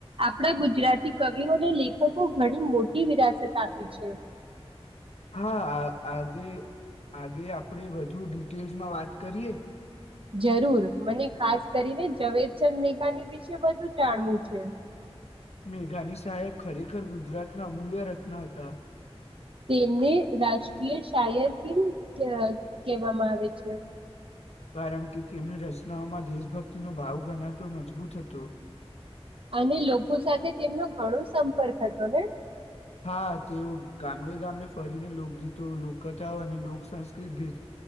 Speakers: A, on the right; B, on the left.
A: આપણા ગુજરાતી કવિઓ અને લેખકો ઘણી મો વિરાસત આપી છે.
B: હા આ આગે આગે આપડે વધુ ડિટેલ્સમાં વાત કરીએ.
A: જરૂર મને ખાસ કરીને ઝવેરચંદ મેઘાની વિશે વધુ જાણવું છે.
B: મેઘાની સાહેબ ખરેખર ગુજરાતના અમૂલ્ય રત્ન હતા.
A: તેમને રાજકીય શાયર કેમ કહેવ કહેવામાં આવે છે.
B: કારણ કે તેમની રચનાઓમાં દેશભક્તિનો ભાવ ગણાતો મજબૂત હતો.
A: અને લોકો સાથે તેમનો ઘણો સંપર્ક હતો ને.
B: હા તેઓ ગામડે ગામડે ફરીને લોકગીતો લોકથાઓ અને લોક સંંસ્કૃત ભે